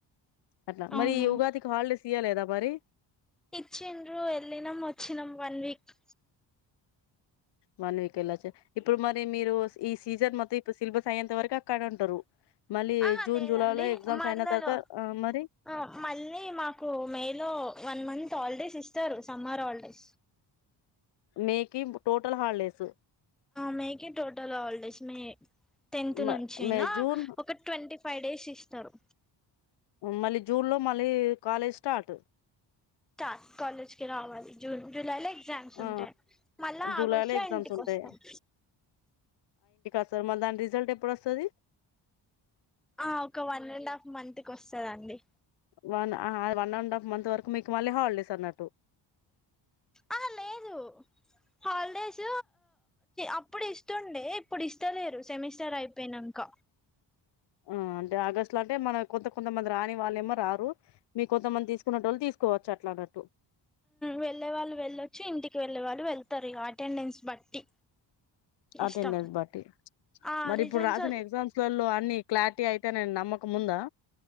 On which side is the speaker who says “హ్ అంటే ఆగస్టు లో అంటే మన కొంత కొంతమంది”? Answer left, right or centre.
Left